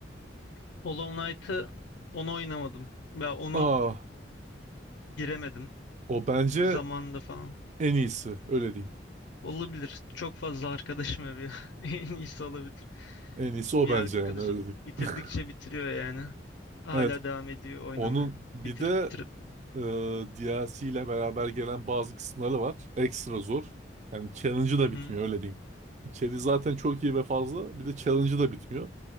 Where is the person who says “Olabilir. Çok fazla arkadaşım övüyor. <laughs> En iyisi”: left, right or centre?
Left